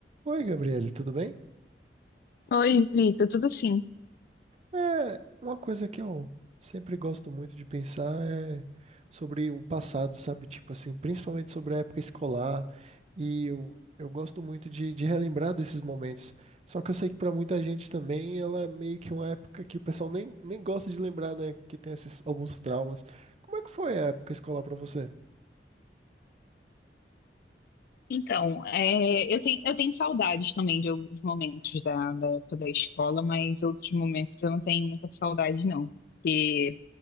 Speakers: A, on the right (about 35°); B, on the left (about 55°).
A: Oi, Gabriele, tudo bem?
B: Oi, Vitor, tudo sim?
A: É, uma coisa que eu sempre gosto muito de pensar é sobre o passado, sabe? Tipo assim, principalmente sobre a época escolar. E eu, eu gosto muito de, de relembrar desses momentos. Só que eu sei que para muita gente também ela é meio que uma época que o pessoal nem, nem gosta de lembrar, né? Que tem esses alguns traumas. Como é que foi a época escolar para você?
B: Então, é, eu tenho, eu tenho saudades também de alguns momentos da, da época da escola, mas outros momentos eu não tenho muita saudade, não. Porque